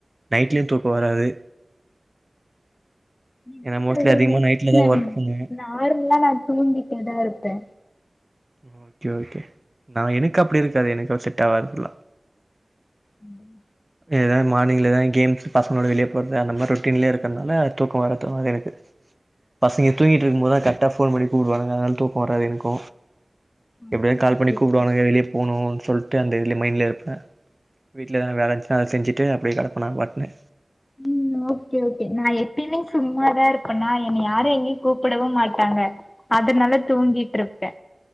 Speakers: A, on the right; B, on the left.
A: நைட்லயு தூக்கோ வராது
B: இப்டி
A: ஏன்னா மோஸ்ட்லி
B: சொல்லுறீங்க
A: அதிகமா நைட்ல தா
B: ந
A: ஒர்க் பண்ணுவே
B: நார்மல்லா நா தூங்கிட்டேதா இருப்பே
A: ஆ ஓகே ஓகே நா எனக்கு அப்டி இருக்காது எனக்கு செட் ஆவாது ஃபுல்லா
B: ம்
A: ஏதாவது மார்னிங்லா கேம்ஸ் பசங்களோட வெளிய போடுறது அந்த மாரி ரொட்டீன்லயே இருக்கிறனால தூக்கோ வராது அது எனக்கு பசங்க தூங்கிட்டு இருக்கு போதுதா கரெக்டா போன் பண்ணி கூப்பிடுவாங்க அதனால தூக்கோ வராது எனக்கு
B: அதனாலயா
A: எப்டியாவது கால் பண்ணி கூப்பிடுவானுங்க வெளிய போணுனு சொல்ட்டு, அந்த இதுல மைண்ட்லயே இருப்பே வீட்ல எதா வேலை இருந்துச்சுனா அத செஞ்சுட்டு அப்டியே கெடப்பே நா பாட்னு
B: ம். ஓகே ஓகே நா எப்பயமே சும்மாதா இருப்பேனா என்னை யாரு எங்கேயு கூப்புடவு மாட்டாங்க சாப்டுட்டு நல்லா தூங்கிட்டு இருப்பே